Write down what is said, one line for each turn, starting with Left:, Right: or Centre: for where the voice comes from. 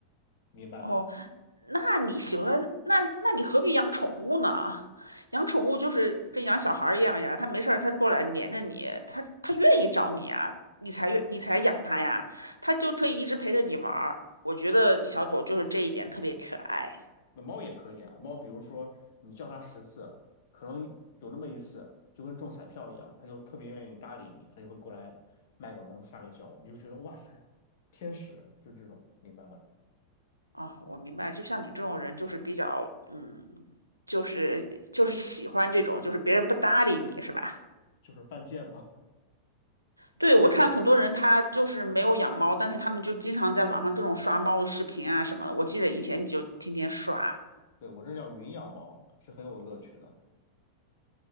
Left: 明白吧？
Right: 哦。那你喜欢那那你何必养宠物呢？养宠物就是跟养小孩儿一样呀，它没事儿它过来黏着你，它它愿意找你啊，你才愿你才养它呀，它就可以一直陪着你玩儿。我觉得小狗就是这一点特别可爱
Left: 那猫也可以啊，猫比如说你叫它十次，可能有那么一次就跟中彩票一样，它就特别愿意搭理你，它就会过来卖个萌撒个娇，你就觉得哇塞，天使就这种，明白吧？
Right: 啊，我明白，就像你这种人就是比较嗯，就是就是喜欢这种，就是别人不搭理你是吧？
Left: 就是犯贱嘛。
Right: 对，我看很多人他就是没有养猫，但是他们就经常在网上各种刷猫的视频啊什么的。我记得以前你就天天刷，
Left: <laughs> 对，我这叫云养猫，是很有乐趣的。